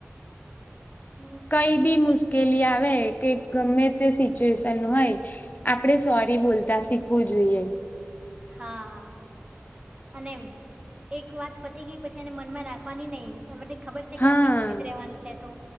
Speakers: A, on the right; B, on the left.
A: હમ
B: કઈ બી મુશ્કેલી
A: એ
B: આવે કે ગમે તે સિચ્યુએશન હોય આપણેે સોરી બોલતા શીખવું જોઈએ.
A: હા અને એક વાત પતી ગઈ પછી એને મનમાં રાખવાની નહિ મ ખબર છે
B: હા
A: કે આપડી જોડીે જ રહેવાનું છે તો